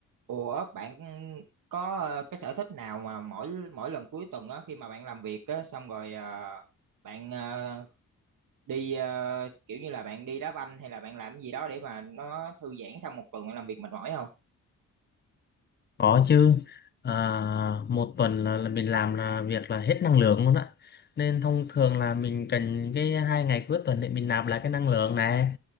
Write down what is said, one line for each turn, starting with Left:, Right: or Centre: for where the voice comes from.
Right: Ủa bạn có ờ, cái sở thích nào mà mỗi mỗi lần cuối tuần á khi mà bạn làm việc á xong rồi ờ, bạn ờ, đi ờ, kiểu như là bạn đi đá banh hay là bạn làm cái gì đó để mà nó thư giãn sau một tuần bạn làm việc mệt mỏi không?
Left: Có chứ à, một tuần là, là mình làm là việc là hết năng lượng luôn á nên thông thường là mình cần cái hai ngày cuối tuần để mình nạp lại cái năng lượng này